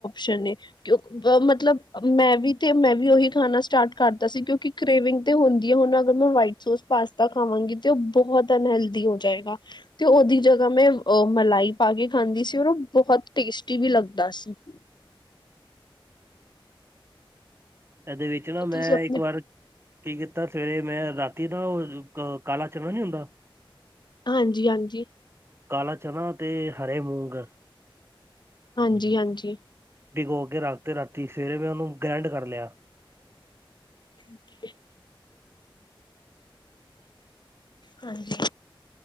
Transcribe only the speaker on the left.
ਸੰਨੇ ਕੇ-ਕੇ ਮਤਲਬ ਮੈਂ ਵੀ ਤੇ ਮੈਂ ਵੀ ਓਹੀ ਖਾਨਾ ਸਟਾਟ ਕਰ ਕੀਤਾ ਸੀ ਕਿਓਂਕਿ ਕਰੇਵਿੰਗ ਤੇ ਹੁੰਦੀ ਐ ਹੁਨ ਅਗਰ ਮੈਂ ਵਾਈਟ ਸੋਸ ਪਾਸਤਾ ਖਾਵਾਂਗੀ ਤੇ ਓ ਬਹੋਤ ਤਾ ਅਨਹੈਲਦੀ ਹੋ ਜਾਏਗਾ। ਤੇ ਓਦੀ ਜਗਾ ਮੈਂ ਅ ਮਲਾਈ ਪਾ ਕੇ ਖਾਂਦੀ ਸੀ ਔਰ ਓ ਬਹੋਤ ਟੇਸਟੀ ਵੀ ਲੱਗਦਾ। ਸੀ ਕੀ
ਤੁਸੀਂ ਆਪਣੇ
ਹਾਂਜੀ-ਹਾਂਜੀ।
ਹਾਂਜੀ-ਹਾਂਜੀ।
<inaudible> ਹਾਂਜੀ।